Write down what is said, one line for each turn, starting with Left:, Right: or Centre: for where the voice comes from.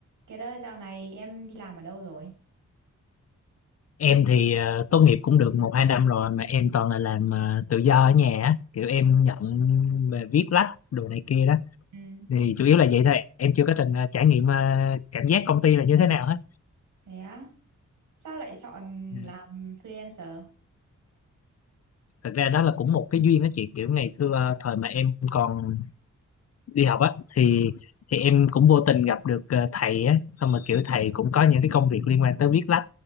Right: Kiệt ơi, dạo này em đi làm ở đâu rồi?
Left: em thì ờ, tốt nghiệp cũng được một hai năm rồi mà em toàn là làm ờ, tự do ở nhà á. kiểu em nhận về viết lách đồ này kia đó
Right: ừ
Left: thì chủ yếu là vậy thôi em chưa có từng ờ, trải nghiệm ờ, cảm giác công ty là như thế nào hết
Right: Thế á, sao lại chọn
Left: Ừ.
Right: làm freelancer?
Left: thật ra đó là cũng một cái duyên đó chị kiểu ngày xưa ờ, thời mà em còn đi học á thì thì em cũng vô tình gặp được ờ, thầy á xong mà kiểu thầy cũng có những cái công việc liên quan tới viết lách